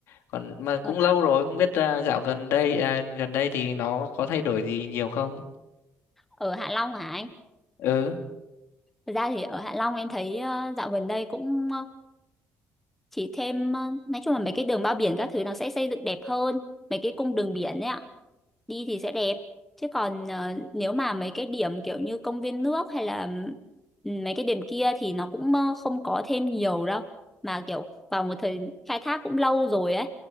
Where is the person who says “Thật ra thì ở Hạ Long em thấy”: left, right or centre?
Centre